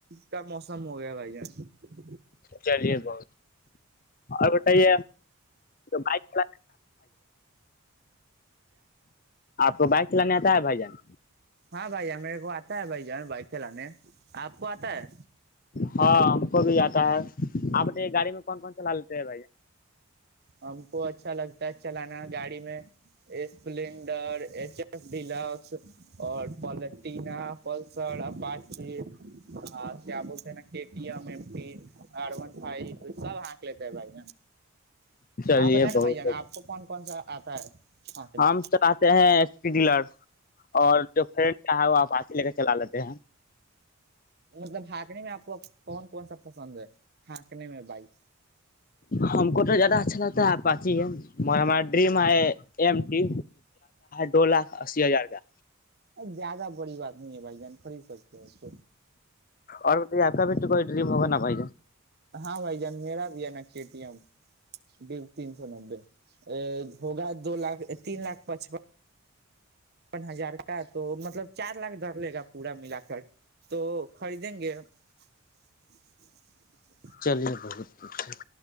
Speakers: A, on the right (about 45°); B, on the left (about 40°).
A: کا موسم ہو گیا بھائی یہان
B: چلیے بہت اور بتائیے بک چل آپ کو بائک چلانے س بائی جان
A: ہاں بائی ہمیرے کو س بھائی جانیں بائک چلاننےے آپ کو آتا ہے
B: ہاں ہم کو بھی آتا ہے آپے گاڑی میں کون کون چلا لیتے ہیں بھائی
A: ہم کو اچھا لگتا ہے چلانا گاڑی میں اسپلینڈر ایچ ایف ڈلکس اور پین پلسری کیا بولتے ہیں نا م کن ف سب آک لیتے بھائی
B: جان؟ چلیے
A: آپ بتائ نا
B: بہت
A: بھائی جانا آپ کو کون کون سا آتا ہانکنے
B: ہم چاہتے ہیں اسپی ڈیلر اور جو فرینڈ چاہ وہپ پاچ ہی لے کے چلا لیتے ہیں
A: مطلب بھاگنے میں آپ کو کون کون سا پسند ہے ہاں کنے میں بائی
B: ہم کو زیادہ اچھا لگتا ہے آپچی ہمار ڈم ایم ٹی ڈولا اسی ہزار کا
A: جیادہ بڑی بات نہیں بھائی جان خری سکتے س
B: اور تو یہ آ بیٹ کوئی ڈریم ہوگا پے
A: ہاں بھائی جان میرا بھی ہے نا کے ٹی ایم تین سو نبے ا ہوگا دو لاکھ تین لاکھ پچپن ہزار کا تو مطلب چار لاکھ دھر لے گا پورا ملا کر تو خریدیں گے <unintelligible>
B: چلیے بہت اچھ